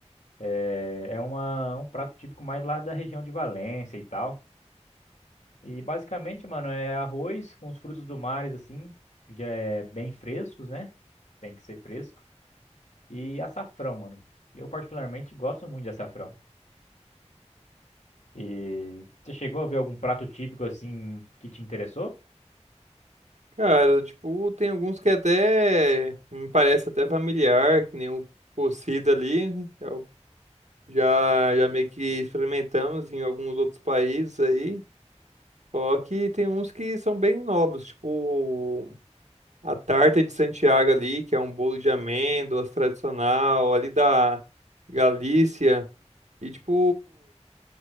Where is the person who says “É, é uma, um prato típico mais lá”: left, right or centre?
Left